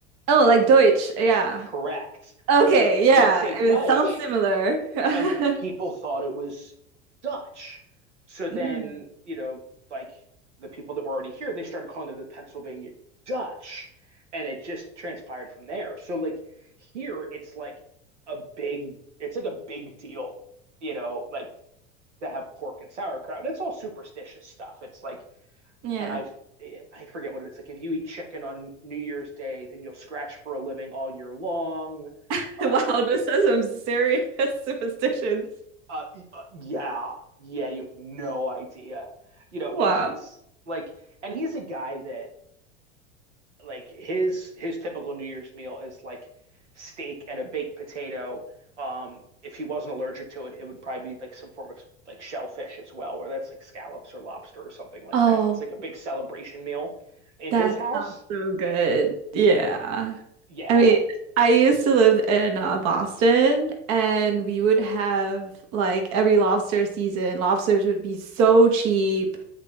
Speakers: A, on the right (about 50°); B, on the right (about 80°).
A: Oh,
B: you
A: like
B: know,
A: Deutsch. Yeah.
B: correct.
A: Okay,
B: So, so
A: yeah.
B: they'd say Deutsch,
A: It sounds similar. <laughs>
B: and people thought it was Dutch. So then,
A: Mm,
B: you know, like the people that were already here, they started calling it the Pennsylvania Dutch, and it just transpired from there. So like here, it's like a big, it's like a big deal, you know, like that have pork and sauerkraut. It's all superstitious stuff. It's like,
A: Yeah.
B: and I've I forget what it is. Like if you eat chicken on New Year's Day, then you'll scratch for a living all year long.
A: <laughs>
B: Um,
A: Wow, those are some serious <laughs> superstitions.
B: uh, uh, yeah, yeah, you have no idea, you know.
A: Wow.
B: And he's like, and he's a guy that like his his typical New Year's meal is like steak and a baked potato. Um, if he wasn't allergic to it, it would probably be like some form of like shellfish as well, where that's like scallops or lobster or something like
A: Oh.
B: that. It's like a big celebration meal in
A: That
B: his house.
A: sounds so good. Yeah.
B: But yeah.
A: I mean, I used to live in uh, Boston and we would have like every lobster season, lobsters would be so cheap.